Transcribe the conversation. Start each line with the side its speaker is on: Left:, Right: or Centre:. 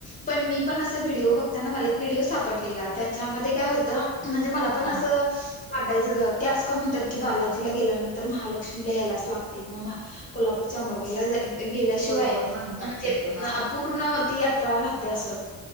Left: पण मी पण असा व्हिडिओ बघताना मला एक व्हिडिओ सापडलेला त्याच्यामध्ये काय होतं. म्हणजे मला पण
Right: हा
Left: असं. वाटायचं ग की असं का म्हणतात की बालाजीला गेल्यानंतर महालक्ष्मीला यायलाच लागते किंवा. कोल्हापूरच्या अंबाबाईला ज गे गेल्याशिवाय
Right: होय होय म्हणतात
Left: म्हणजे
Right: तसं हा
Left: आ पू''--'' पूर्णावती यात्रा राहते असं